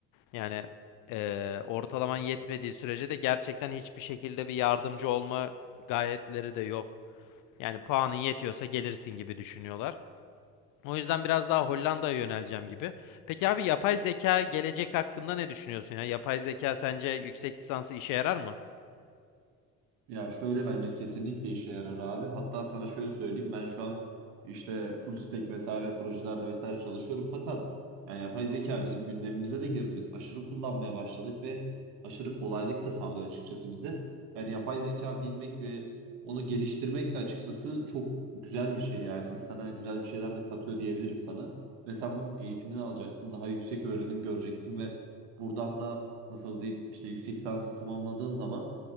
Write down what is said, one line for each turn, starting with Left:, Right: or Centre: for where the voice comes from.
Left: Yani eee, ortalaman yetmediği sürece de gerçekten hiçbir şekilde bir yardımcı olma gayetleri de yok. Yani puanın yetiyorsa gelirsin gibi düşünüyorlar. O yüzden biraz daha Hollanda'ya yöneleceğim gibi. Peki abi yapay zeka gelecek hakkında ne düşünüyorsun ya? Yapay zeka sence yüksek lisansı işe yarar mı?
Right: Ya şöyle bence kesinlikle işe yarar abi. Hatta sana şöyle söyleyeyim ben şu an işte full stack vesaire projelerde vesaire çalışıyorum fakat yani yapay zeka bizim gündemimize de girdi. Biz aşırı kullanmaya başladık ve aşırı kolaylık da sağlıyor açıkçası bize. Yani yapay zeka bilmek ve onu geliştirmek de açıkçası çok güzel bir şey yani insana güzel bir şeyler de katıyor diyebilirim sana. Ve sen bunun eğitimini alacaksın, daha yüksek öğrenim göreceksin ve buradan da nasıl diyeyim işte yüksek lisansı tamamladığın zaman